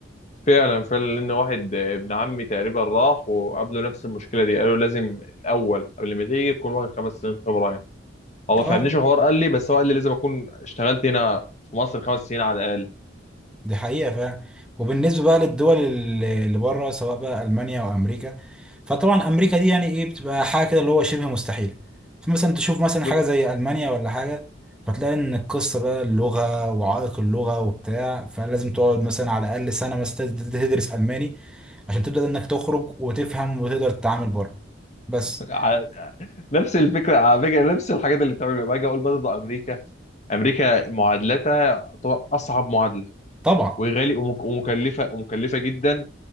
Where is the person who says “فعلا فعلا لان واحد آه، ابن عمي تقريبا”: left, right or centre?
Left